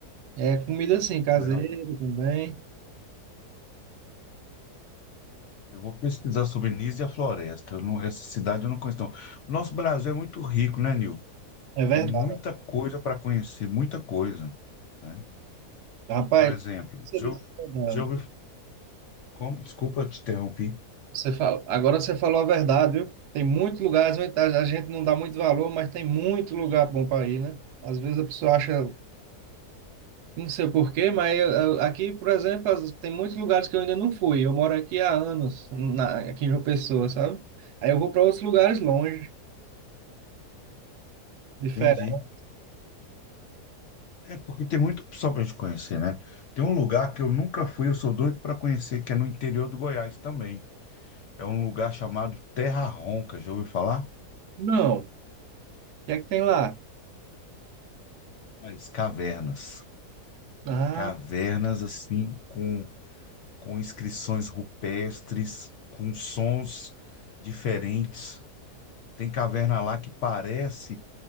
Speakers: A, on the right (about 75°); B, on the left (about 65°).
A: É comida assim, caseira
B: que legal.
A: também.
B: Eu vou pesquisar sobre Nísia e a floresta. Eu não- essa cidade eu não conheço, não. O nosso Brasil é muito rico, né, Nil?
A: É verdade.
B: Tem muita coisa para conhecer, muita coisa, né?
A: Rapaz,
B: Por exemplo,
A: você
B: se
A: disse
B: eu,
A: que é verdade.
B: se eu, como, desculpa, eu te interrompi.
A: Você fala, agora você falou a verdade, viu? Tem muitos lugares onde tá- a gente não dá muito valor, mas tem muito lugar bom para ir, né? Às vezes a pessoa acha, não sei por quê, mas eu- eu- aqui, por exemplo, as- tem muitos lugares que eu ainda não fui. Eu moro aqui há anos, na, aqui em João Pessoa, sabe? Aí eu vou para outros lugares longe, diferente.
B: Entendi. É porque tem muita opção para a gente conhecer, né? Tem um lugar que eu nunca fui, eu sou doido para conhecer, que é no interior do Goiás também. É um lugar chamado Terra Ronca. Já ouviu falar?
A: Não. O que é que tem lá?
B: Mas cavernas.
A: Ah,
B: Cavernas assim, com, com inscrições rupestres, com sons diferentes. Tem caverna lá que parece